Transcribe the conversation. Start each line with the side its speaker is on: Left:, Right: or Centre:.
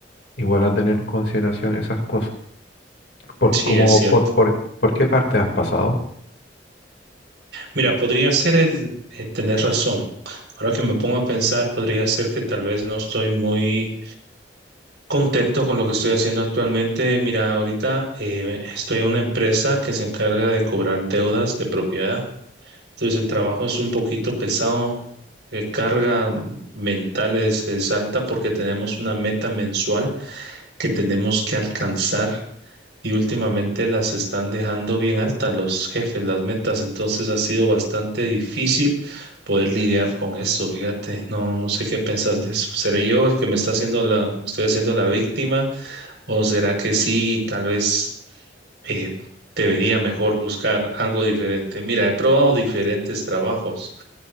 Left: igual a tener en consideración esas cosas. ¿Por,
Right: Sí,
Left: como,
Right: es cierto.
Left: por, por, por qué parte has pasado?
Right: Mira, podría ser el eh, tener razón. Ahora que me pongo a pensar, podría ser que tal vez no estoy muy contento con lo que estoy haciendo actualmente. Mira, ahorita eh, estoy en una empresa que se encarga de cobrar deudas de propiedad. Entonces el trabajo es un poquito pesado. eh, carga mental es es alta porque tenemos una meta mensual que tenemos que alcanzar y últimamente las están dejando bien altas los jefes, las metas, entonces ha sido bastante difícil poder lidiar con eso, fíjate, no, no sé qué piensas de eso. ¿Seré yo el que me está haciendo la, me estoy haciendo la víctima o será que sí, tal vez eh, debería mejor buscar algo diferente? Mira, he probado diferentes trabajos,